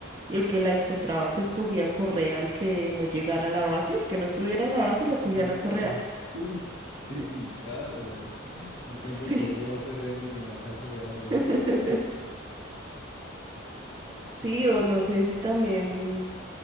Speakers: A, on the right (about 20°); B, on the left (about 80°).
A: Y el que la encontraba, pues cogía correa al que no llegara a la base, el que no estuviera en la base,
B: Ah,
A: lo cogían
B: jue madre.
A: a correa.
B: Uy, <laughs> qué delicado, man. Buscando
A: Sí.
B: correa afuera, viendo que en la casa le van
A: <laughs>
B: a uno correa.
A: Sí, o no sé si también